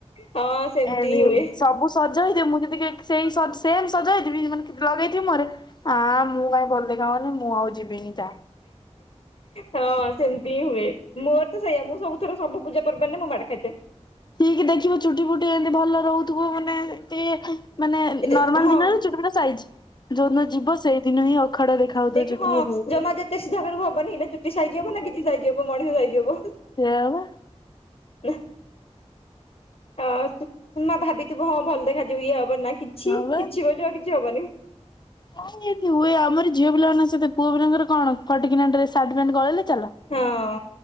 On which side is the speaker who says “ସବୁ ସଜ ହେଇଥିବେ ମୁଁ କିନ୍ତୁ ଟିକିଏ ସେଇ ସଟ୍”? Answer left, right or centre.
Left